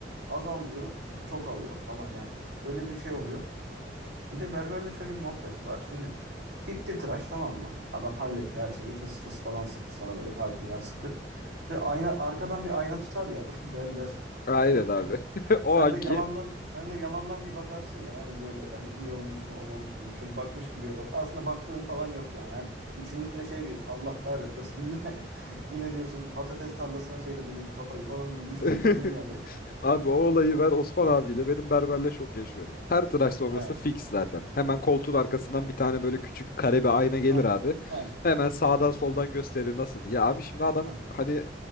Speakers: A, on the right; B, on the left.
A: Azal diyorum çok alıyor falan yani böyle bir şey oluyor. Bir de berberde şöyle bir muhabbet var. Şimdi bitti tıraş tamam mı? Adam halletti her şeyi fıs fıs falan sıktı sana böyle parfümler sıktı. Ve ayna arkadan bir ayna tutar ya <laughs> berber.
B: Aynen
A: <laughs>
B: abi. <laughs> O
A: Sen
B: anki
A: de yalandan sen de yalandan bir bakarsın ya hani böyle hani iyi olmuş mu olmamış mı gibi şöyle bakmış gibi yaparsın. Aslında baktığın falan yok yani. Hani içinden de şey diyorsun Allah kahretmesin yine <laughs> yine diyorsun patates tarlasına çevirdi bizim kafayı falan gibi düşünüyorsun
B: <laughs>
A: yani.
B: Abi o olayı ben Osman abiyle benim berberle çok yaşıyorum. Her tıraş sonrası
A: He.
B: fix zaten. Hemen koltuğun arkasından bir tane böyle küçük kare bir ayna gelir
A: A-
B: abi.
A: he.
B: Hemen sağdan soldan gösterir nasıl diye. Abi şimdi adam
A: He.
B: hani